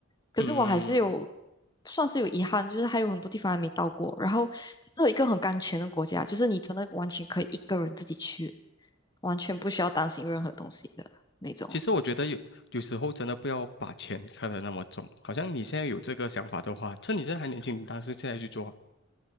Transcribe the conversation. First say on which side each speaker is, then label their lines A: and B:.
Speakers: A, on the left; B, on the left.
A: 可是我还是有
B: 嗯嗯嗯，
A: 算是有遗憾，就是还有很多地方还没到过。然后，这有一个很安全的国家，就是你真的完全可以一个人自己去，完全不需要担心任何东西的那种。
B: 其实我觉得有有时候真的不要把钱看得那么重，好像你现在有这个想法的话，趁你现在还年轻，你当时现在去做。